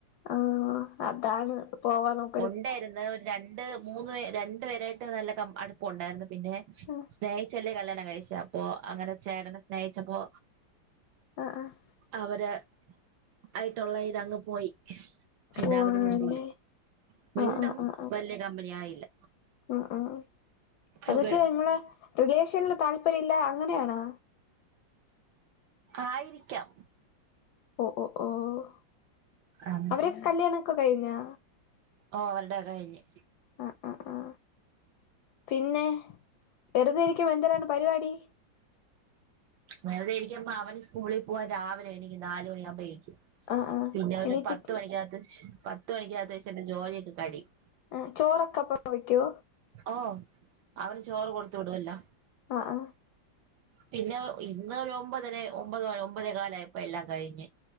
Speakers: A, on the left; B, on the right.
A: ആഹ് അതാണ് പോവാന്നൊക്ക
B: ഉണ്ടായിരുന്നു ഒരു രണ്ട് മൂന്ന് രണ്ട് പേരായിട്ട് നല്ല ക അടു പ്പം ഉണ്ടായിരുന്നു പിന്നെ
A: ആഹ്
B: സ്നേഹിച്ചല്ലേ കല്യാണം കഴിച്ചെ അപ്പൊ അങ്ങനെ ചേട്ടനെ സ്നേഹിച്ചപ്പോ
A: ആഹ് ആഹ്
B: അവര് ആയിട്ടുള്ള ഇതങ്ങ് പോയി പിന്നെ
A: ഓ
B: അവര്
A: ആണല്ലേ
B: മിണ്ടൂല മിണ്ടും
A: ആഹ് ആഹ് ആഹ്
B: വല്ല്യ കമ്പനി ആയില്ല
A: ആഹ് ആഹ് ആഹ് എന്ന്
B: അത്
A: വെച്ചാ നിങ്ങളെ റിലേഷനില് താല്പര്യല്ല അങ്ങനെയാണോ
B: ആയിരിക്കാം
A: ഓഹ് ഓഹ് ഓഹ്
B: അങ്ങനെ
A: അവരെ കല്യാണംക്കെ കഴിഞ്ഞോ
B: ഓഹ് അവരുടെ കഴിഞ്ഞ്
A: അ അ ആ പിന്നെ വെറുതെ ഇരിക്കും എന്തിനാണ് പരിവാടി
B: വെറുതായിരിക്കുമ്മാ അവന് സ്കൂളിൽ പോവാൻ രാവിലെ എണീക്കും നാല് മണിയാകുമ്പോയേക്കും
A: ആഹ് ആഹ്
B: പിന്നെ അവന്
A: എണീച്ചിട്ട്
B: പത്ത് മണിക്കകത്ത് പത്ത് മണിക്കകത്ത് എന്റെ ജോലിയൊക്കെ കഴിയും.
A: ഏ ചോറൊക്കെ അപ്പപ്പോ വയ്ക്കോ
B: ഓ അവന് ചോറ് കൊടുത്ത് വിടൊല്ലോ
A: ആ ആ
B: പിന്നെ ഇന്ന് ഒരു ഒമ്പതര ഒമ്പത് ഒമ്പതേ കാലായപ്പോ എല്ലാം കഴിഞ്ഞ്